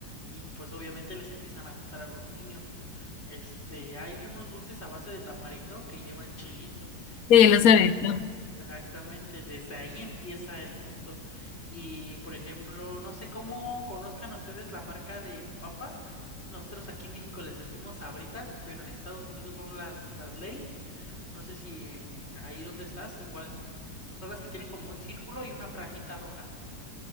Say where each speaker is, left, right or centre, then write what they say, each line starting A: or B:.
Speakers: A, on the left; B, on the left.
A: y pues obviamente les empiezan a gustar a los niños. Este, hay unos dulces a base de tamarindo que llevan chilito
B: Sí,
A: y pican.
B: los he visto.
A: Exactamente, desde ahí empieza el gusto. Y por ejemplo, no sé cómo conozcan ustedes la marca de papas. Nosotros aquí en México les decimos Sabritas, pero en Estados Unidos son las las Lay's. No sé si en ahí donde estás, igual. Son las que tienen como un círculo y una franjita roja.